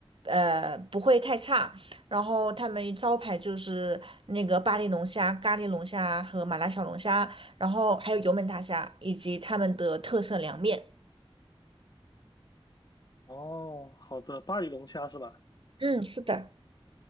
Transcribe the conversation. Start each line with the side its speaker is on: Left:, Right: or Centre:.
Right: 呃不会太差。然后他们招牌就是那个巴黎龙虾、咖喱龙虾和麻辣小龙虾，然后还有油焖大虾以及他们的特色凉面。
Left: 哦，好的，巴黎龙虾是吧？
Right: 嗯，是的。